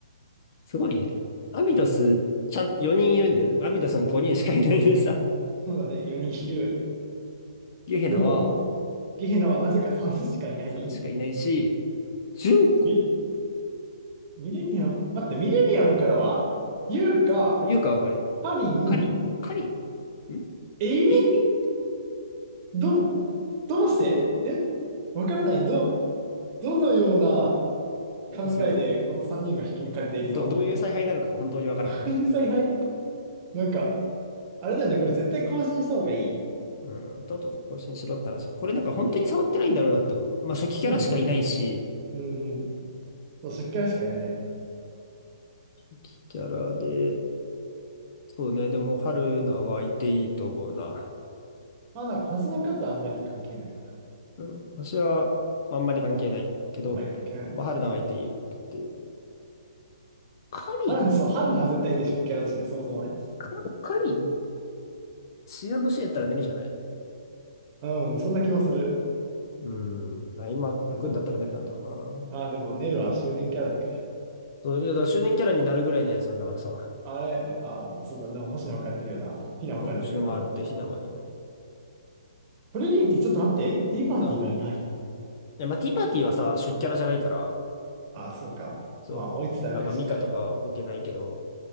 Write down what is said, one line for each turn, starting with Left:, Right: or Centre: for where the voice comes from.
Left: すごいね。アビダス、
Right: うん。
Left: ちゃん、4人いるんだよ。アビダスは5人しかいないのにさ、
Right: そうだね、4人いる。
Left: ゲヘナは
Right: でも、ゲイエルナはなぜか3しかいない。
Left: 3しかいないし、ジュンコ、
Right: ミ、ミレニアム、待って、ミレニアムからはユウか、
Left: まあ、言うかわかるよ。
Right: ハリン、
Left: カリン、カリンん
Right: エイミ
Left: エイミん
Right: ど、どうしてえわからない。ど、どのような
Left: そう。
Right: 考えでこの3人が引き抜かれているの
Left: ど、どういう采配なのかが本当にわからん。
Right: こういう采 <laughs> 配なんか、あれだよね、これ絶対更新した方がいい。
Left: うん、とっとと更新しろって話。これなんか本当に触ってないんだろうなって思う。
Right: うん。
Left: まあ初期キャラしかいないし、
Right: そうね。うんうん。そう、しっかりしかいないね。
Left: 初期キャラで、そうね、でも春菜はいていいと思うな。
Right: まあなんか星の数はあんまり関係ないか。
Left: うん、私はまああんまり関係ないけど、
Right: あんまり関係ないね。
Left: まあ春菜はいていいって。カリン
Right: 春の、そう、春のは絶対でしょ、キャラだしね、そもそもね。
Left: カカリン ?C&C やったら寝るじゃないの。
Right: うん、そんな気もする。
Left: うん、まあ今、
Right: うん。
Left: 僕んだったら寝るなんだろうな。
Right: まあでも、ネルは周年キャラだか
Left: そう、いや、だから周年キャラになるぐらいのやつなんだからさ。
Right: ら。あれ、あ、そうだ、でも星野置かれてるよな。ヒナ置かれてるよな。
Left: 星の回ってひだまりを。
Right: トレニーィちょっと待って。ティーパーティーがいない。
Left: なあで、まあ、ティーパーティーはさ、初期キャラじゃないから、
Right: あ、そうか。
Left: そう。
Right: まあ、追いつつあるかしいか。
Left: あまあ、ミカとかは置けないけど、